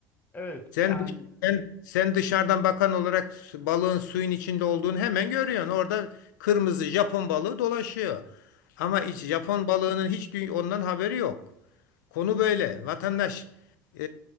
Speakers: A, on the left; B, on the left.
A: Evet
B: Sen
A: yani
B: sen sen dışarıdan bakan olarak su- balığın suyun içinde olduğunu hemen görüyorsun. Orada kırmızı Japon balığı dolaşıyor. Ama
A: Hı hı,
B: hiç Japon balığının hiç dü- ondan haberi yok. Konu böyle. Vatandaş e,